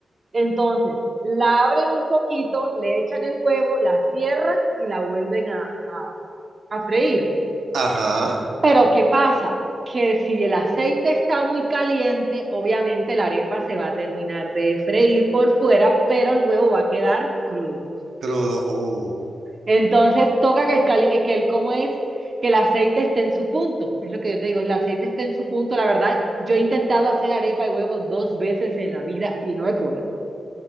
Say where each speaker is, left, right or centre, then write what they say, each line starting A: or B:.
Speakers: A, on the right; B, on the right.
A: Entonces, la abren un poquito, le echan el huevo, la cierran y la vuelven a, a freír.
B: ajá,
A: Pero ¿qué pasa? Que si el aceite está muy caliente, obviamente la arepa se va a terminar de freír por fuera, pero el huevo va a quedar crudo.
B: crudo. uh.
A: Entonces toca que, el cali- que el cómo es que el aceite esté en su punto. Es lo que yo te digo, el aceite esté en su punto. La verdad, yo he intentado hacer arepa de huevo dos veces en la vida y no he podido.